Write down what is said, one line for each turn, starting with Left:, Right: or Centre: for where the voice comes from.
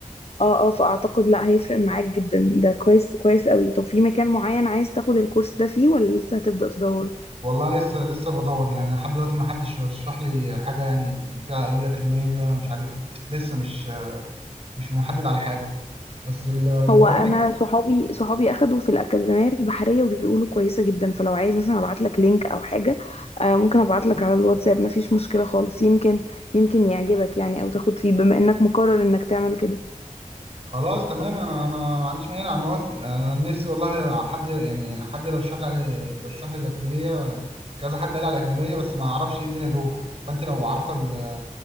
Left: اه اه فاعتقد لا هيفرق معاك جدا ده كويس كويس قوي طب في مكان معين عايز تاخد الكورس ده فيه ولا لسه هتبدأ تدور
Right: والله لسه لسه بدور لان لحد دلوقتي ما حدش رشح لي حاجه يعني فيها قالوا لي اكاديميه مش عارف لسه مش مش محدد على حاجه بس ال- البرامج
Left: هو انا صحابي صحابي اخدوا في الاكاديميه البحريه وبيقولوا كويسه جدا فلو عايز مثلا ابعت لك لينك او حاجه آه، ممكن ابعت لك على الواتساب مفيش مشكله خالص يمكن يمكن يعجبك يعني او تاخد فيه بما انك مقرر انك تعمل كده
Right: خلاص تمام انا انا ما عنديش مانع انا موافق انا نفسي والله حد يعني حد يرشح لي على- يرشح لي الاكاديميه كذا حد قال لي على الاكاديميه بس ما اعرفش ايه الدنيا جوه فانت لو عارفه ال-